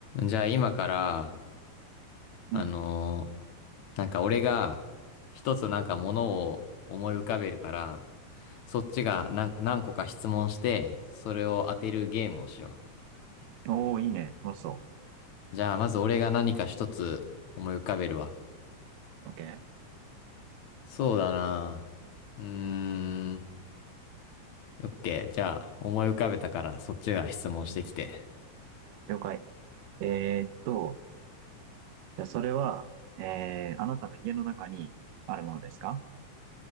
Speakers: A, on the left; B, on the right.
A: じゃあ今から、
B: うん。
A: あのーなんか俺が一つなんかものを思い浮かべるから、そっちが何、何個か質問して、それを当てるゲームをしよ
B: おー、いいね。楽しそ
A: う。じゃあまず俺が何か一つ思い浮かべるわ。
B: う。OK。
A: そうだな。うーん。オッケー。じゃあ思い浮かべたからそっちが質問してきて。
B: 了解。えーっと、じゃあそれは、えー、あなたの家の中にあるものですか